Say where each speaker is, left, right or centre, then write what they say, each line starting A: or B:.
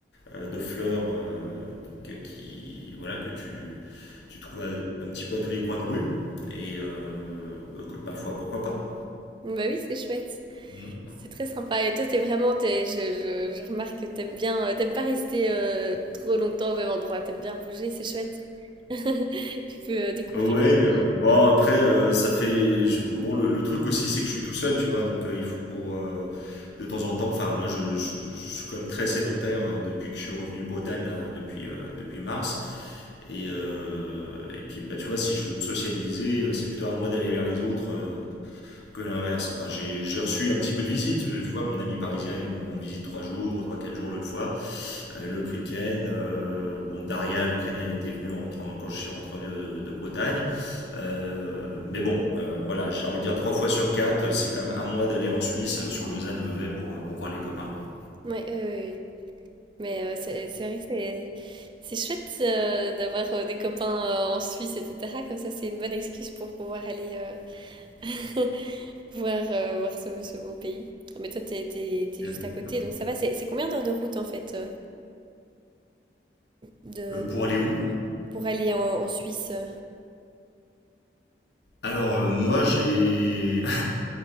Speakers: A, on the left; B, on the right.
A: euh, de fleurs euh, donc, euh, qui, voilà, que tu, tu trouves à- un petit peu à tous les coins de rue. Et euh, bah, écoute, ma foi, pourquoi pas?
B: Bah oui, c'est chouette.
A: Mhm.
B: C'est très sympa. Et toi, t'es vraiment, t'es- je, je- je remarque que t'aimes bien, euh, t'aimes pas rester euh, trop longtemps au même endroit. T'aimes bien bouger, c'est chouette. <laughs> Tu peux euh, découvrir.
A: Ouais, euh,
B: les-
A: bon après euh, ça fait je- bon le, le truc aussi c'est que je suis tout seul tu vois donc euh, il faut euh, de temps en temps enfin moi je, je- je suis quand même très sédentaire euh, depuis que je suis revenu de Bretagne là depuis euh, depuis mars et euh, et puis bah tu vois si je veux me sociabiliser euh, c'est plutôt à moi d'aller vers les autres euh, que l'inverse. Enfin, j'ai j'ai reçu un petit peu de visite. Tu vois, mon ami parisien est venu me rendre visite trois jours, trois, quatre jours l'autre fois. Euh, l'autre week-end, euh, bon, Daria, l'Ukrainienne, était venue en rentrant- quand je suis rentré de, de- de Bretagne. Euh, mais bon, euh, voilà, j'ai envie de dire trois fois sur quatre, c'est quand même un mois d'aller en Suisse euh, sur Lausanne-Vevey pour, euh, pour voir les copains, quoi.
B: Ouais, ouais, ouais, ouais. Mais euh, c'est c'est vrai que c'est c'est chouette euh, d'avoir euh, des copains euh, en Suisse, etc. Comme ça, c'est une bonne excuse pour pouvoir aller euh, <laughs> voir, euh, voir ce, ce beau pays. Mais toi, t'es, t'es, t'es
A: Voilà,
B: juste
A: exactement.
B: à côté, donc ça va. C'est c'est combien d'heures de route en fait euh, de,
A: Euh, pour
B: de voiture
A: aller où?
B: pour aller en, en Suisse? euh
A: Alors euh, moi j'ai <laughs>